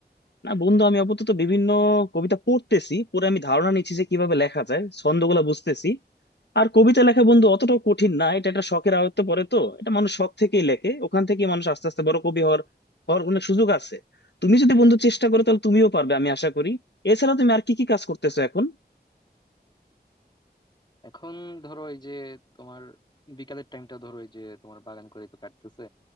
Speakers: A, on the left; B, on the left.
A: না বন্ধু আমি আপাতত বিভিন্ন কবিতা পড়তেছি পরে আমি ধারণা নিচ্ছি যে কিভাবে লেখা যায় ছন্দগুলো বুঝতেছি আর কবিতা লেখা বন্ধু অতটাও কঠিন না এটা একটা শখের আয়ত্তে পড়ে তো এটা মানুষ শখ থেকেই লেখে ওখান থেকেই মানুষ আস্তে আস্তে বড় কবি হওয়ার হওয়ার অনেক সুযোগ আছে তুমি যদি বন্ধু চেষ্টা করো তাহলে তুমিও পারবে আমি আশা করি এছাড়া তুমি আর কি কি কাজ করতেছো এখন
B: এখন ধরো এই যে তোমার বিকালের টাইমটা ধরো এই যে তোমার বাগান করে তো কাটতেছে